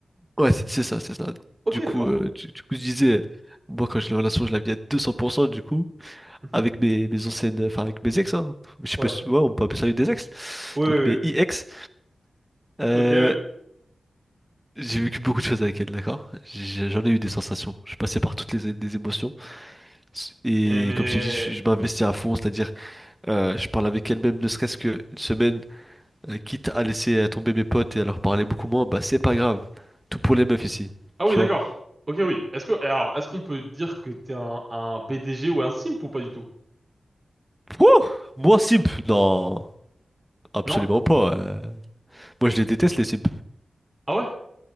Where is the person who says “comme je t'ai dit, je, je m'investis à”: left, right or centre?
Centre